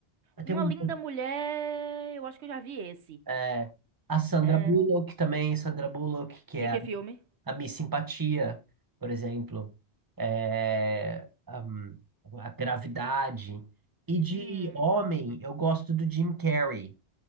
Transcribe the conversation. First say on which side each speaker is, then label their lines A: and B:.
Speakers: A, on the right (about 90°); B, on the right (about 20°).
A: Uma
B: tem um,
A: linda mulher, eu acho que eu já vi esse.
B: é, a Sandra
A: É,
B: Bullock também, Sandra Bullock, que
A: de
B: é
A: que filme?
B: a Miss Simpatia, por exemplo, é, hum, a Gravidade. E de
A: Hum.
B: homem, eu gosto do Jim Carrey.